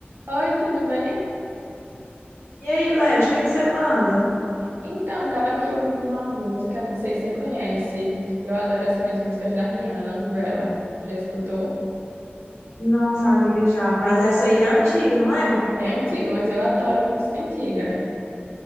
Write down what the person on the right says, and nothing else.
Oi, tudo bem?
Então, tava aqui ouvindo uma música, não sei se você conhece. Eu adoro assim as músicas da Rihanna, Umbrella. Já escutou?
É antiga, mas eu adoro música antiga.